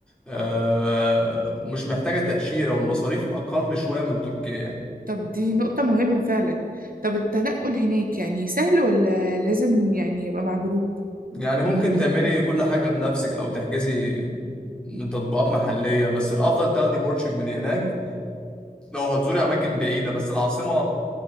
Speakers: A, in the centre; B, on the right (about 65°).
A: آه، ومش محتاجة تأشيرة والمصاريف أقل شوية من تركيا يعني
B: طب دي نقطة مهمة فعلا طب التنقل هناك يعني سهل ولا لازم يعني يبقى مع جروب؟
A: يعني ممكن تعملي كل حاجة بنفسك أو تحجزي من تطبيقات محلية بس الأفضل تاخدي مرشد من هناك لو هتزوري أماكن بعيدة بس العاصمة